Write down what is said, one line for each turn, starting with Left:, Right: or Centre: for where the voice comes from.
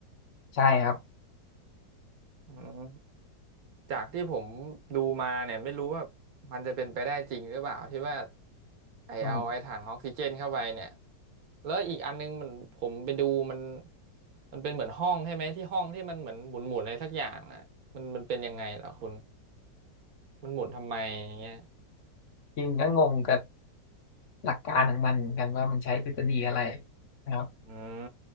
Left: ใช่ครับ
Right: อืม จากที่ผมดูมาเนี่ยไม่รู้ว่ามันจะเป็นไปได้จริงหรือเปล่าที่ว่าไอเอาไอถังออกซิเจนเข้าไปเนี่ย
Left: อืม
Right: แล้วอีกอันนึงมันผมไปดูมันมันเป็นเหมือนห้องใช่ไหมที่ห้องที่มันเหมือนหมุนหมุนอะไรสักอย่างอ่ะมันมันเป็นยังไงเหรอคุณมันหมุนทำไมอย่างเงี้ย
Left: จริงก็งงกับหลักการของมันเหมือนกันว่ามันใช้ทฤษฎีอะไรนะครับ
Right: อืม